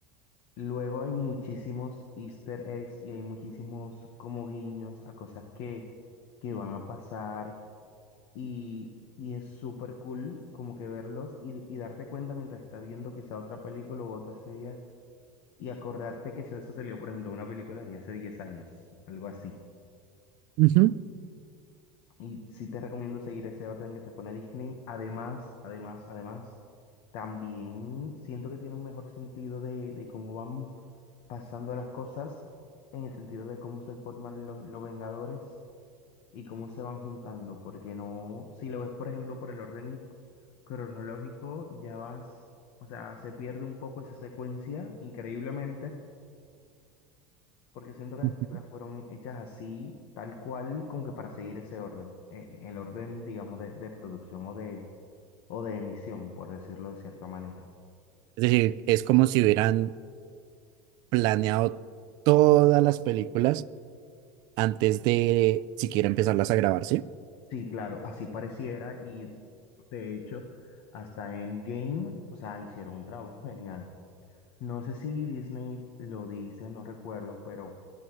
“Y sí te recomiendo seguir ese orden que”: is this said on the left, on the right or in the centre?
Left